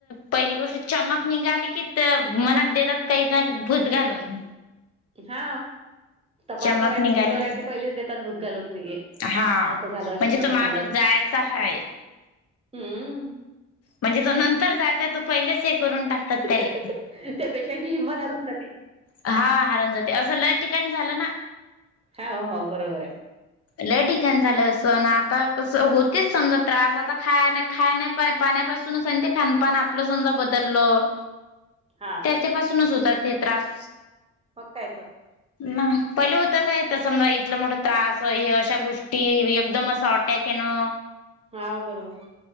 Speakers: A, on the left; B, on the right.
A: पहिली गोष्ट चमक निघाली की पित्त मनात देतात काही भूत घालून
B: हा तपासणं
A: चमक
B: राहते
A: निघाली
B: सगळं राहते पहिलेच देतात भूत घालून
A: हा
B: असं झालं असेल
A: म्हणजे
B: तसं
A: तो माणूस
B: झालं असेल
A: जायचा आहे.
B: हम्म
A: म्हणजे तो नंतर जायचा तो पहिलेच हे करून टाकतात त्याले
B: त्या पेशंटची हिंमत हारून जाते.
A: हा हारुण जाते असं लय ठिकाणी झालं ना
B: हा हो बरोबर आहे.
A: लय ठिकाण झालं असं आता कस होतेच समजा त्रास आता खाय खाय पाण्यापासूनच आणि ते खानपान आपलं समजा बदललं
B: हा.
A: त्याच्या पाासूनच होता ते त्रास.
B: मग काय तर
A: नाही पहिले होत काय तर समजा इथलं मोठं त्रास हे अशा गोष्टी एकदम असं अटॅक आहे ना
B: हा बरोबर